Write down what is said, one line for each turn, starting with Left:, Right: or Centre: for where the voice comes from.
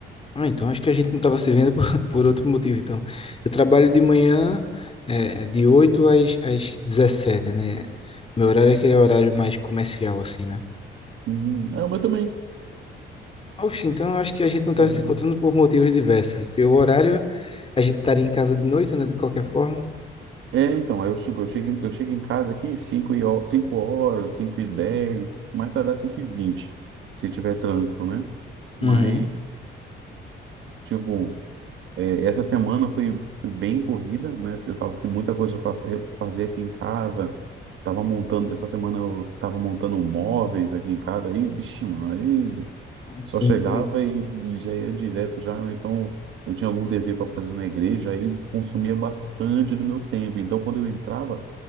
Left: Ah, então acho que a gente não tava se vendo por, <laughs> por outro motivo, então. Eu trabalho de manhã, é, de 8 às, às dezessete né? Meu horário é aquele horário mais comercial, assim, né?
Right: Uhum. É, o meu também.
Left: Oxe, então eu acho que a gente não estava
Right: É.
Left: se encontrando por motivos diversos, porque o horário a gente estaria em casa de noite, né? De qualquer forma.
Right: É, então, aí eu, tipo, eu chego, em- eu chego em casa aqui cinco e, ho- cinco horas, 5 e 10 mais tardar 5 e 20 se tiver trânsito, né? Mas,
Left: Uhum.
Right: tipo, é, essa semana foi, foi bem corrida, né? Eu tava com muita coisa para fazer aqui em casa, tava montando, essa semana eu tava montando móveis aqui em casa, aí, vixe, mano, aí
Left: Entendi.
Right: só chegava e já ia direto já, ou então... Eu tinha algum dever para fazer na igreja, aí consumia bastante do meu tempo. Então, quando eu entrava,